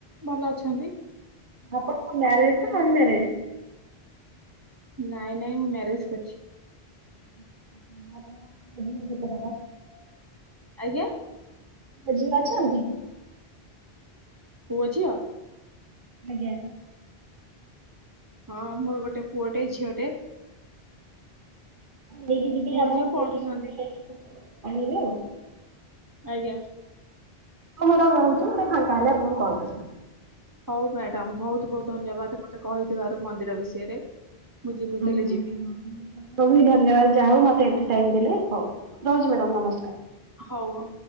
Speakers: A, on the right; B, on the right.
A: ଭଲ ଅଛନ୍ତି
B: ଆପଣ ମ୍ୟାରଜ ନା ଅନମ୍ୟାରେଜ
A: ନାଇଁ ନାଇଁ ମୁଁ ମ୍ୟାରେଜ କରିଛି
B: <unintelligible>
A: ଆଜ୍ଞା
B: ବୁଝି ଅଛନ୍ତି
A: ପୁ ଝିଅ
B: ଆଜ୍ଞା
A: ହଁ ମୋର ଗୋଟେ ପୁଅଟେ ଝିଅ ଟେ
B: ନେଇକି ଯିବିନି
A: ପୁଅ ଝିଅ ପଢୁଛନ୍ତି ବି।
B: ଆଣିବି <unintelligible>
A: ଆଜ୍ଞା
B: ହଁ ମୋର ରହୁଛୁ ମୁଁଟିକେ ଫାଙ୍କା ହେଲେ ଆପଣଙ୍କୁ କଲ କରିବି
A: ହଉ ମ୍ୟାଡାମ ବହୁତ ବହୁତ ଧନ୍ୟବାଦ ମତେ କହିଥିବାରୁ ମନ୍ଦିର ବିଷୟରେ ମୁଁ ଯେମିତି
B: ଆଜ୍ଞା
A: ହେଲେ
B: ଆଜ୍ଞାି
A: ଯିବି
B: ବହୁତୁ ଧନ୍ୟବାଦ ଯାହା ହଉ ମତେ ଏତେ ଟାଇମ୍ ଦେଲେ ହଉ ରହୁଚି ମ୍ୟାଡ଼ାମ ନମସ୍କାର।
A: ହଉ ହଉ।